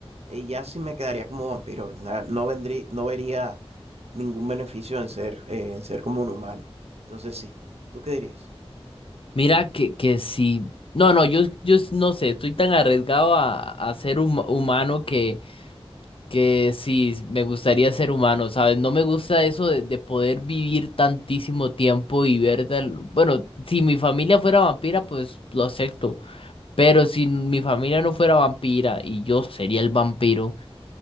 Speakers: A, on the right (about 85°); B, on the left (about 60°).
A: y ya sí me quedaría como vampiro. y na- No vendría, no vería ningún beneficio en ser, eh, en ser como un humano. Entonces sí, ¿tú qué dirías?
B: Mira que, que sí. No, no, yo, yo s- no sé, estoy tan arriesgado a, a ser hum- humano que, que sí, me gustaría ser humano, ¿sabes? No me gusta eso de, de poder vivir tantísimo tiempo y ver tal... Bueno, si mi familia fuera vampira, pues lo acepto. Pero si mi familia no fuera vampira y yo sería el vampiro.